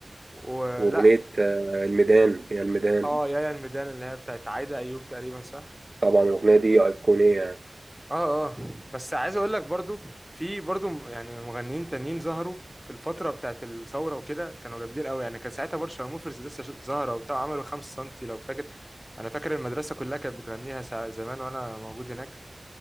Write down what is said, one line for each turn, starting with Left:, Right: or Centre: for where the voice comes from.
Centre: ولا
Right: وأغنية آه، الميدان هي الميدان
Centre: اه يا يا الميدان اللي هي بتاعت عايدة ايوب تقريبا صح
Right: طبعا الأغنية دي أيقونية يعني
Centre: اه اه بس عايز اقول لك برضو في برضو م- يعني مغنيين تانيين ظهروا في الفترة بتاعت الثورة وكده كانوا جامدين قوي يعني كان ساعتها برضه شارموفرز لسه ش- ظاهرة وبتاع عملوا خمسة سنتي لو فاكر انا فاكر المدرسة كلها كانت بتغنيها ساعة زمان وانا موجود هناك